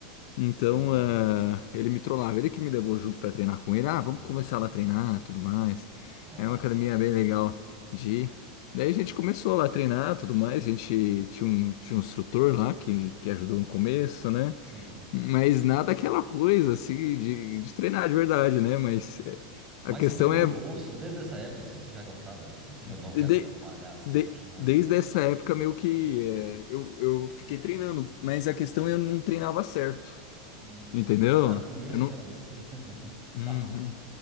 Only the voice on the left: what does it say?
então,
eh, ele me trollava, ele que me levou junto pra treinar com ele.
Ah, vamos começar lá a treinar, tudo mais.
É
uma academia
bem legal de ir. Daí a gente começou lá a treinar, tudo mais. A gente tinha um, tinha um instrutor lá que, que ajudou
no começo, né?
Mas nada aquela coisa assim de, de treinar de verdade, né? Mas eh, a
questão
é
de-
de-
de-
desde
essa época meio que eh, eu, eu fiquei treinando, mas a questão é eu não treinava certo,
entendeu?
Eu não.
Uhum.